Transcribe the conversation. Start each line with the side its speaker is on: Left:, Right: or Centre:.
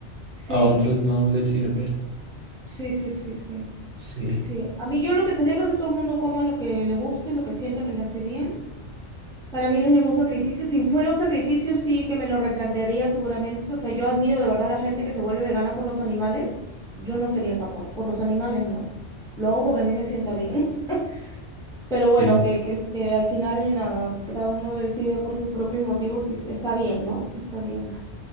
Centre: Sí,
Right: a otros no le sirve.
Centre: sí, sí, sí, sí,
Right: Sí.
Centre: sí. A mí yo lo que celebro es que todo el mundo coma lo que le guste, lo que sienta que le hace bien. Para mí no es ningún sacrificio. Si fuera un sacrificio, sí que me lo replantearía seguramente. O sea, yo admiro de verdad a la gente que se vuelve vegana por los animales. Yo no sería capaz. Por los animales no. Lo hago porque a mí me sienta bien. <laughs> Pero
Right: Sí.
Centre: bueno, que, que, que al final nada, cada uno decide por sus propios motivos y s- está bien, ¿no? Está bien.